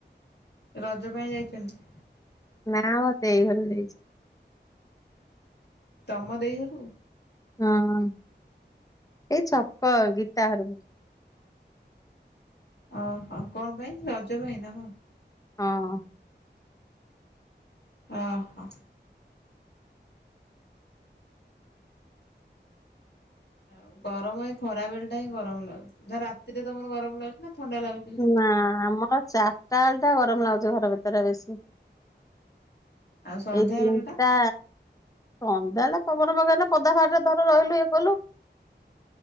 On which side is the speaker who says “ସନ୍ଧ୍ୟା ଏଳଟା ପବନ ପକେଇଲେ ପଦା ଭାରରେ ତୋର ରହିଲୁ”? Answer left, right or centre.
Left